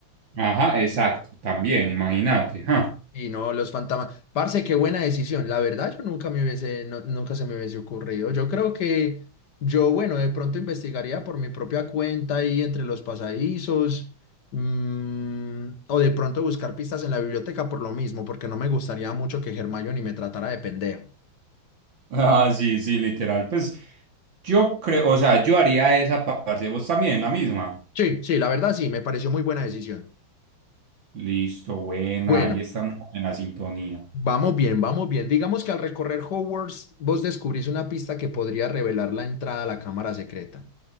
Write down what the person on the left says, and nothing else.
Y no los fantasmas. Parce, qué buena decisión. La verdad, yo nunca me hubiese, no- nunca se me hubiese ocurrido. Yo creo que yo, bueno, de pronto investigaría por mi propia cuenta ahí entre los pasadizos. mm, o de pronto buscar pistas en la biblioteca por lo mismo, porque no me gustaría mucho que Hermione me tratara de pendejo.
Sí, sí, la verdad sí, me pareció muy buena decisión.
Bueno,
vamos bien, vamos bien. Digamos que al recorrer Hogwarts, vos descubrís una pista que podría revelar la entrada a la cámara secreta.